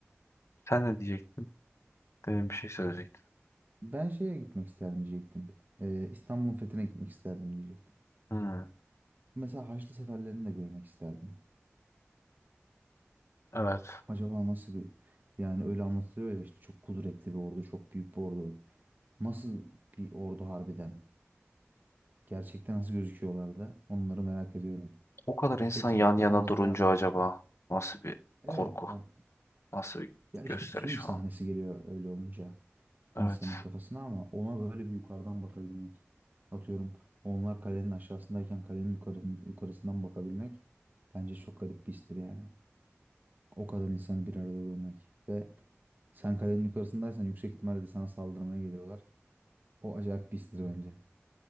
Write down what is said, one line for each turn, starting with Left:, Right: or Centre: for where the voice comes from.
Left: Sen ne diyecektin? Demin bir şey söyleyecektin.
Right: Ben şeye gitmek isterdim diyecektim. Ee, İstanbul'un fethine gitmek isterdim diyecektim.
Left: Hmm,
Right: Mesela Haçlı seferlerini de görmek isterdim.
Left: evet.
Right: Acaba nasıl bir yani öyle anlatılıyor ya işte çok kudretli bir ordu, çok büyük bir ordu. Nasıl bir ordu harbiden? Gerçekten nasıl gözüküyorlar da onları merak ediyorum.
Left: O kadar insan
Right: Hep çünkü
Left: yan
Right: kafamızda
Left: yana durunca acaba nasıl bir
Right: evet
Left: korku,
Right: bak
Left: nasıl bir
Right: ya işte
Left: gösteriş
Right: film sahnesi
Left: falan.
Right: geliyor öyle olunca insanın
Left: Evet.
Right: kafasına ama ona böyle bir yukarıdan bakabilmek. Atıyorum onlar kalenin aşağısındayken kalenin yukarın, yukarısından bakabilmek bence çok garip bir histir yani. O kadar insanı bir arada görmek. Ve sen kalenin yukarısındaysan yüksek ihtimalle de sana saldırmaya geliyorlar. O acayip bir histir bence.